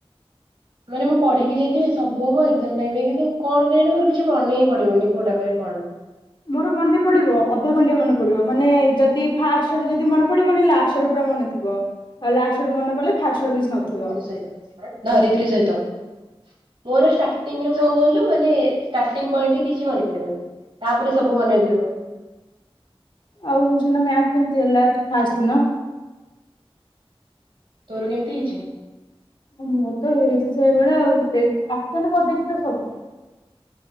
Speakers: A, on the right; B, on the left.
A: ମାନେ ମୁଁ ପଢିକି ଯାଇଥିବି ସବୁ ହବ ଏକ୍ଜାମ୍ ଟାଇମ୍ ରେ କିନ୍ତୁ କଣ କେଜାଣି ମୋର କିଛି ମନେ ହିଁ ପଡିବନି କଉଟା ପରେ କଣ।
B: ମୋର ମନେ ପଡିବ ଅଧାଖଣ୍ଡିଆ ମନେ ପଡିବ ମାନେ ଯଦି ଫାଷ୍ଟେ ଆଡୁ ଯଦି ମନେ ପଡିବନି ଲାଷ୍ଟ ଆଡୁ ପୁରା ମନେ ଥିବ ଆଉ ଲାଷ୍ଟ୍ ଆଡୁ ମନେ ପଡିଲେ ଫାଷ୍ଟ୍ ଆଡୁ କିଛି ନଥିବ।
A: <inaudible> ଧରିତ୍ରୀ ସହିତ। ମୋର ଷ୍ଟାଟିଙ୍ଗ୍ ରୁ କଣ କହିଲୁ ମାନେ ଷ୍ଟାଟିଙ୍ଗ୍ ପଏଣ୍ଟ୍ ହିଁ କିଛି ମନେ ପଡିବନି। ତାପରେ ସବୁ ମନେ ଥିବ।
B: ଆଉ ସେଦିନ ମ୍ୟାଥ୍ କେମିତି ହେଲା ଯଉ ଫାଷ୍ଟ୍ ଦିନ?
A: ତୋର କେମିତି ହେଇଚି?
B: ମୋର ତ ହେଇଚି ସେଇଭଳିଆ ଆଉ ଆଟେଣ୍ଡ୍ କରିଦେଇଚି ତ ସବୁ।